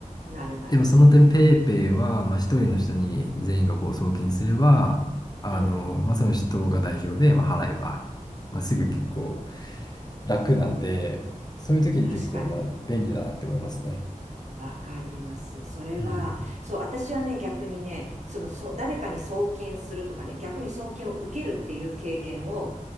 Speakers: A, on the right; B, on the left.
A: ん。なるなる。
B: でも、その点、ペイペイは、まあ、一人の人に全員がこう送金すれば、あの、
A: うん。
B: まあ、その人が代表で、まあ、払えば、まあ、すぐ結構
A: うん。
B: 楽なんで、そういう時に結構、
A: 確かに。
B: まあ、便利だなって思いますね。
A: わかります。それは、
B: うん。
A: そう、私はね、逆にね、その、そう、誰かに送金するとかね、逆に送金を受けるっていう経験を、